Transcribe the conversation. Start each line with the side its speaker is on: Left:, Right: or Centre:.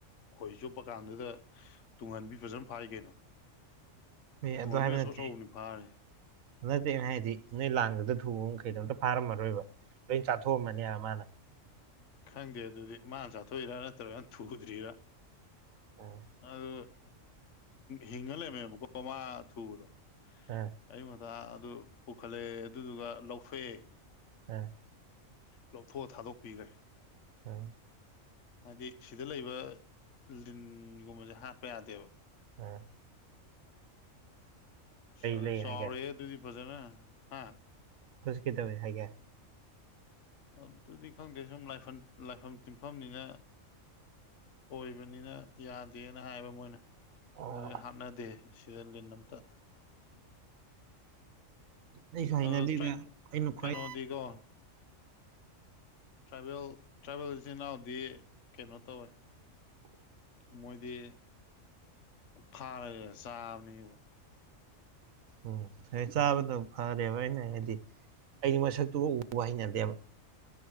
Left: ꯈꯣꯏ ꯆꯨꯞꯄ ꯀꯥꯟꯗꯨꯗ ꯇꯨꯡꯍꯟꯕꯤ ꯐꯖꯅ ꯐꯥꯏ ꯀꯩꯅꯣ ꯇꯨꯡꯍꯟꯕꯤ
Right: ꯑꯗꯨ ꯍꯥꯏꯕ
Left: ꯑꯆꯧ
Right: ꯅꯠꯇꯦ
Left: ꯑꯆꯧꯕꯅꯤ ꯐꯥꯔꯤ
Right: ꯅꯠꯇꯦꯅ ꯍꯥꯏꯗꯤ ꯅꯣꯏ ꯂꯥꯡꯗꯨꯗ ꯊꯨꯕ ꯃꯈꯩꯗꯣ ꯑꯝꯇ ꯐꯥꯔꯝꯃꯔꯣꯏꯕ ꯂꯣꯏ ꯆꯥꯊꯣꯛꯑꯝꯃꯅꯦꯕ ꯃꯥꯅ
Left: ꯈꯪꯗꯦ ꯑꯗꯨꯗꯤ ꯃꯥꯅ ꯆꯥꯊꯣꯛꯏꯔꯥ ꯅꯠꯇ꯭ꯔꯒꯅ ꯊꯨꯗ꯭ꯔꯤꯔꯥ
Right: ꯑꯥ
Left: ꯑꯗꯨ ꯍꯤꯡꯉꯥ ꯂꯩꯔꯝꯃꯦꯕꯀꯣ ꯃꯥ ꯊꯨꯕꯗꯣ
Right: ꯑꯥ
Left: ꯑꯌꯨꯛ ꯉꯟꯇ ꯑꯗꯨ ꯄꯨꯈꯠꯂꯛꯑꯦ ꯑꯗꯨꯗꯨꯒ ꯂꯧꯊꯣꯛꯑꯦ
Right: ꯎꯝ
Left: ꯂꯧꯊꯣꯛꯑ ꯊꯥꯗꯣꯛꯄꯤꯈ꯭ꯔꯦ
Right: ꯎꯝ
Left: ꯍꯥꯏꯗꯤ ꯁꯤꯗ ꯂꯩꯕ ꯂꯤꯟꯒꯨꯝꯕꯁꯦ ꯍꯥꯠꯄ ꯌꯥꯗꯦꯕ
Right: ꯎꯝ
Left: ꯑ
Right: ꯂꯩ
Left: ꯆꯔꯦ
Right: ꯍꯥꯏꯒꯦ
Left: ꯑꯗꯨꯗꯤ ꯐꯖꯦꯅꯦ ꯍꯥ
Right: ꯀꯩꯗꯧꯏ ꯍꯥꯏꯒꯦ꯫
Left: ꯑꯗꯨꯗꯤ ꯈꯪꯗꯦ ꯁꯨꯝ ꯂꯥꯏꯐꯝ ꯇꯤꯟꯐꯝꯅꯤꯅ ꯑꯣꯏꯕꯅꯤꯅ ꯌꯥꯗꯦꯅ ꯍꯥꯏꯕ ꯃꯣꯏꯅ
Right: ꯑꯣ
Left: ꯑꯗꯨꯗꯤ ꯍꯥꯠꯅꯗꯦ ꯁꯤꯗ ꯂꯤꯟ ꯑꯝꯇ
Right: ꯑꯩꯁꯨ ꯍꯩꯅꯗꯦꯗ
Left: ꯑ
Right: ꯑꯩꯅ
Left: ꯀꯩꯅꯣꯗꯤꯀꯣ
Right: ꯈ꯭ꯋꯥꯏ
Left: ꯇ꯭ꯔꯥꯏꯕꯦꯜ ꯇ꯭ꯔꯥꯏꯕꯦꯜ ꯏꯆꯤꯟ ꯏꯅꯥꯎꯗꯤ ꯀꯩꯅꯣ ꯇꯧꯋꯦ ꯃꯣꯏꯗꯤ ꯐꯥꯔꯒꯦ ꯆꯥꯕꯅꯦꯕ
Right: ꯎꯝ ꯍꯣꯏ ꯆꯥꯕꯗꯣ ꯐꯔꯦꯕ ꯑꯅꯦ ꯍꯥꯏꯗꯤ ꯑꯩꯗꯤ ꯃꯁꯛꯇꯨꯕꯨ ꯎꯕ ꯍꯩꯅꯗꯦꯕ